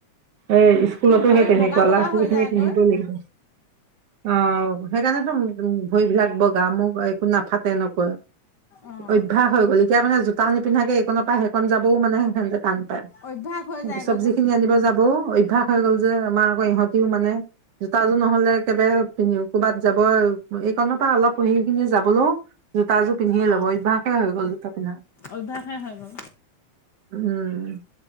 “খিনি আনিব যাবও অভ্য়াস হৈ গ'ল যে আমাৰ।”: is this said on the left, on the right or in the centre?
Right